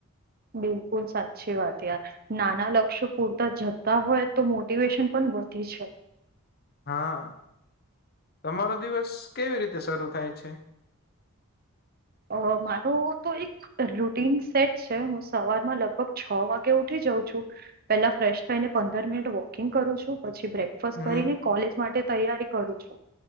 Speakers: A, on the right; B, on the left.
A: બિલકુલ સાચી વાત યાર. નાના લક્ષ્યો પૂરતા જતા હોય તો મોટિવેશન પણ વધી છે.
B: હા તમારો દિવસ કેવી રીતે શરૂ થાય છે.
A: અ મારો તો એક રૂટીન સેટ છે હું સવારમાં લગભગ છ વાગે ઉઠી જાઉ છું. પેલા ફ્રેશ થઈને પંદર મિનિટ વોકિંગ કરું છું પછી બ્રેકફાસ
B: હમ
A: કરીને કોલેજ માટે તૈયારી કરું છું.